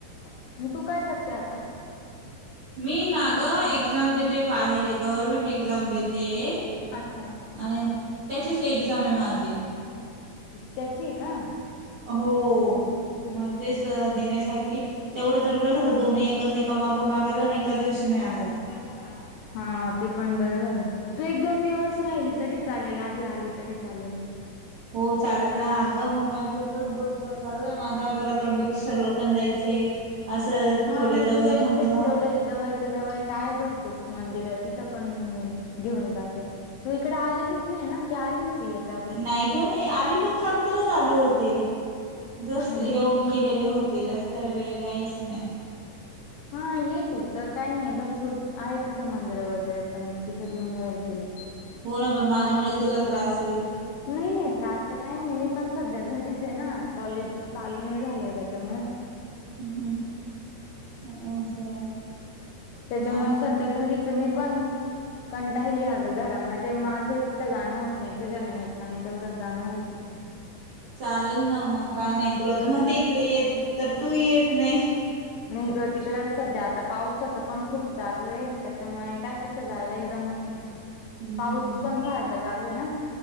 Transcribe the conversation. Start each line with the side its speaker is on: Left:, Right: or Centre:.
Left: आणि तू काय करते आता?
Right: मी ना ग एक्झाम देते बाहेर गव्हर्नमेंट एक्झाम देते. ते
Left: अच्छा अच्छा
Right: आणि त्याचेच एक्झाम आहे माझे.
Left: त्याची का.
Right: हो मग तेच देण्यासाठी तेवढं तरी बास झालं. दोन्ही एकाच एका मागो माग आल्या आणि एका दिवशी नाही आल्या.
Left: कालच्या मानाने. हा ते पण बरं झालं. तू एक दोन दिवस राहिली तरी चालेल. आधी आली तरी चालेल.
Right: हो चालेल ना. अगं मग काय कर च दो विचार चाललाय माझा आणि आज जरा त्र्यंबकेश्वरला पण जायचंय. असं
Left: हा
Right: थोडे
Left: मी
Right: जवळ
Left: तुला इथलेच
Right: म्हंटलं
Left: तेवढेच जवळचे त्याच्या जवळच्या आहेत. भरपूर मंदिर तिथं पण घेऊन जाते. तू इकड आलेलीच नाही ना की आली होती? याच्या आधी
Right: नाही गं मी आली पण चालतेवर आले होते. जस्त
Left: हम्म
Right: येऊन
Left: हम्म.
Right: गेलेले होते. जास्त वेळ काहीच नाही.
Left: हा ये तू तर काही नाही. भरपूर आहे तिथं मंदिर वगैरे पण तिथं घेऊन जाईल तुला.
Right: हो ना. पण माझ्यामुळे तुला त्रास होईल.
Left: नाही नाही. त्रास तर काही नाही. मी पण सध्या घरीच आहे ना. कॉलेज चालू नाही झालंय त्याच्यामुळे
Right: हम् हम्म. असं
Left: त्याच्यामुळे
Right: ना
Left: सध्या घरीच आहे. मी पण कंटाळली अगं. घरामध्ये माझं ही कुठ जाणं होत नाही. तुझ्या निमित्ताने तेवढंच जाणं होइल.
Right: चालेल ना. मग काय नाही तुला तर म्हणते इकडे येत. तर तू येत नाही.
Left: नाही ग. तिकडे सध्या आता पावसाच पण खूप चालू आहे त्याच्यामुळे काय कुठं जायलाही जमत नाही,
Right: हम्म
Left: पाऊस पण सारखा चालूयं ना